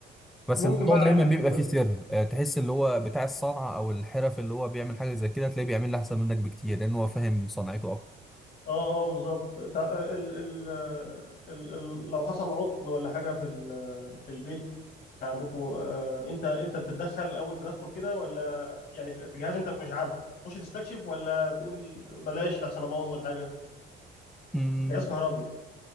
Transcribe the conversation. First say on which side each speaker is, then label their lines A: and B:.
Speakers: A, in the centre; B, on the left.
A: بس
B: ممكن
A: الموضوع
B: بقى على
A: دايما
B: اليوتيوب
A: بيبقى
B: ولا
A: فيه
B: كده
A: سر آه، تحس اللي هو بتاع الصنعة أو الحرف اللي هو بيعمل حاجة زي كده تلاقيه بيعمل أحسن منك بكتير لأن هو فاهم صنعته
B: اه اه بالظبط تا- ال ال ال ال لو حصل عطل ولا حاجه في ال- في البيت عندكم آه انت انت بتتدخل اول تدخل كده ولا يعني في في جهاز انت مش عارف تخش تستكشف ولا تقول بلاش لحسن ابوظ الحاجه
A: أكتر
B: جهاز كهربي